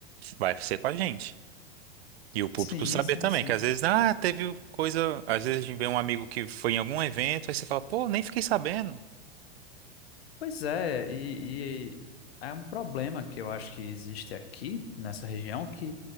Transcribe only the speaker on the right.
vai ser com a gente. E o público
saber
também,
que às vezes, ah, teve coisa, às vezes a gente vê um amigo que foi em algum evento, aí você fala, pô, nem fiquei sabendo.